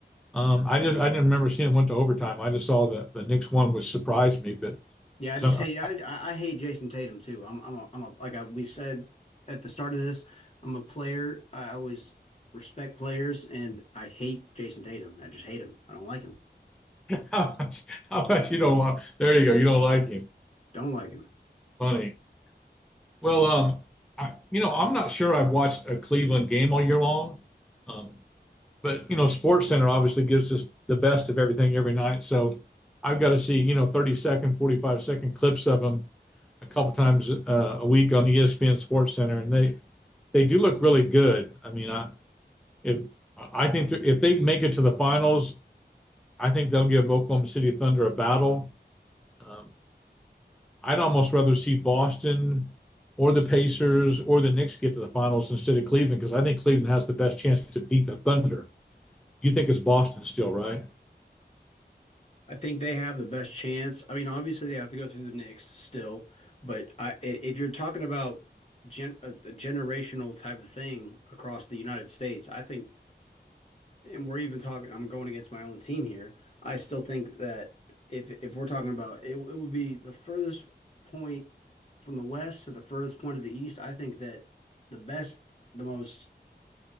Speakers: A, in the centre; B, on the left.
A: um, I just I didn't remember seeing it went to overtime. I just saw the the Knicks won, which surprised me. But
B: Yeah,
A: because
B: I just
A: I'm
B: hate I I hate Jason Tatum too. I'm I'm a, I'm a like I, we said at the start of this, I'm a player. I always respect players, and I hate Jason Tatum. I just hate him. I don't like him.
A: <laughs> how about you don't want? There you go. You don't like him.
B: Don't like him.
A: Funny. Well, um, I, you know, I'm not sure I've watched a Cleveland game all year long, um, but you know, Sports Center obviously gives us the best of everything every night. So I've got to see you know 30 second, 45 second clips of them a couple times uh, a week on ESPN Sports Center, and they they do look really good. I mean, I if I think if they make it to the finals, I think they'll give Oklahoma City Thunder a battle. Um, I'd almost rather see Boston or the Pacers or the Knicks get to the finals instead of Cleveland because I think Cleveland has the best chance to beat the Thunder. You think it's Boston still, right?
B: I think they have the best chance. I mean, obviously they have to go through the Knicks still, but I, i- if you're talking about gen, a, a generational type of thing across the United States, I think, and we're even talking, I'm going against my own team here. I still think that if if we're talking about it, it would be the furthest point from the West to the furthest point of the East. I think that the best, the most